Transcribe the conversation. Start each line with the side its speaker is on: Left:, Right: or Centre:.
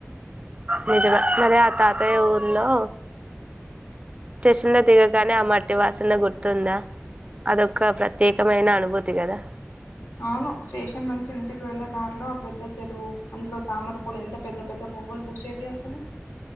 Right: నిజంగా మరి ఆ తాతయ్య ఊర్లో స్టేషన్ లో దిగగానే ఆ మట్టి వాసన గుర్తుందా అదొక ప్రత్యేకమైన అనుభూతి కదా
Left: అవును స్టేషన్ నుంచి ఇంటికి వెళ్ళే దారిలో ఆ పెద్ద చెరువు అందులో తామరపూలు ఎంత పెద్ద పెద్ద పువ్వులు పూసేటి అసలు